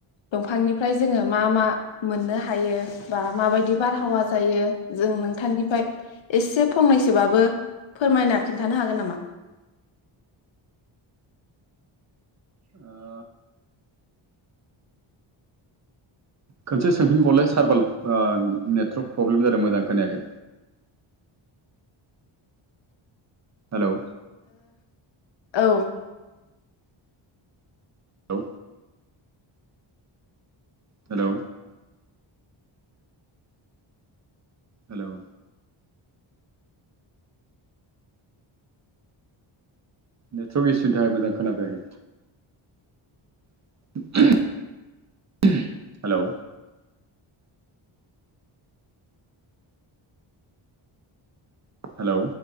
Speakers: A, on the left; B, on the right.
A: दंफांनिफ्राय जोङो मा मा मोननो हायो बा माबायदि बारहावा जायो जों नोंथांनिफायय एसे फंनैसोबाबो फोरमायना खोन्थानो हागोन नामा?
B: ओ खोनसे सोंफिनबावलाय सारबाल नेटवर्क ओ प्रब्लेम जादों मोजां खोनायाखै। हेलौ
A: ओ औ।
B: औ। हेलौ? हेलौ? नेटवर्क इसुनि थाखाय मोजां खोनाफैयाखै। <inaudible> हेलौ? हेलौ?